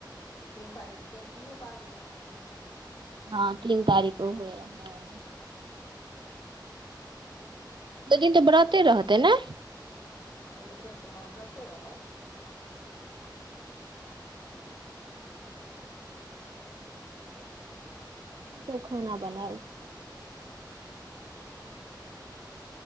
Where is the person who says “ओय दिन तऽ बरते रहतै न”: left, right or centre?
Right